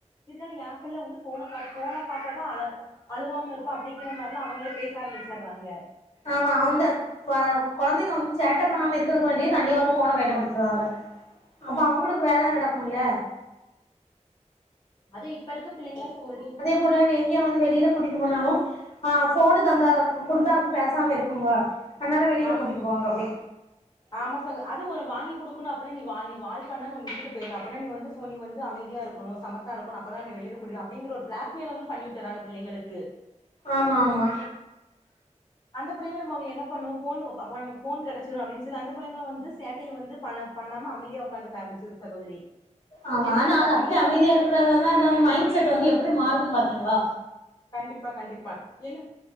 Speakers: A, on the left; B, on the left.
A: இருந்தாலு ஏ பிள்ள வந்து ஃபோன பாத் ஃபோன பாத்தா தா அழ அழுகாம இருப்பா அப் அப்டிங்கிற மாரிலா அவங்களே பேச ஆரம்மிச்சிர்றாங்க
B: ஆமா அந்த ப கொழந்தைங்க வந்து சேட்ட பண்ணாம இருக்கதுகாண்டியே தனியா ஒரு ஃபோன கைல குடுத்துருவாங்க அப்ப அவ்ங்களுக்கு வேல நடக்குல்ல
A: அது இப்ப இருக்க பிள்ளைங்களா சகோதரி
B: இப்போலாவ் எங்கெ வந்து வெளில கூட்டிட்டு போனாலு ஆ ஃபோனு தந்தா குடுத்தா தா பேசாம இருக்குங்க அதனால வெளியில
A: ஆமா
B: கூட்டிட்டு
A: சக்
B: போவாங்க அப்டி
A: ஆமா சகோ அது ஒனக் வாங்கி குடுக்கணு அப்பனா நீ வா நீ வால் பண்ணா நா உன்ன உட்டுட்டு போய்ருவ அப்பனா நீ வந்து ஃபோன் நீ வந்து அமைதியா இருக் க்கனு சமத்தா இருக்கனு அப்பதா நீ வெளில கூட்டி அப்டிங்கிற ஒரு ப்ளாக் மெய்ல வந்து பண்ணி வுட்டுர்றாங்க பிள்ளைங்களுக்கு
B: ஆமாம்மா
A: அந்த புள்ளைங்களு பாவ என்ன பண்ணு ஃபோன் அப்ப நமக்கு ஃபோன் கெடச்சுரு அப்டின் சொல்லி அந்த புள்ளைங்களு வந்து சேட்டையு வந்து பண்ண பண்ணாம அமைதியா ஒக்காந்துக்க ஆரம்மிச்சிரு சகோதரி
B: ஆமா
A: என்ன
B: ஆனா
A: கேட்டா
B: அது அப்டி
A: பிள்ளைங்க
B: அமைதியா
A: வ-
B: இருக்கறதுனா வந்து அந்த மைண்ட் செட் வந்து எப்டி மாறுதுன் பாத்தீங்ளா
A: கண்டிப்பா கண்டிப்பா இல்லைனா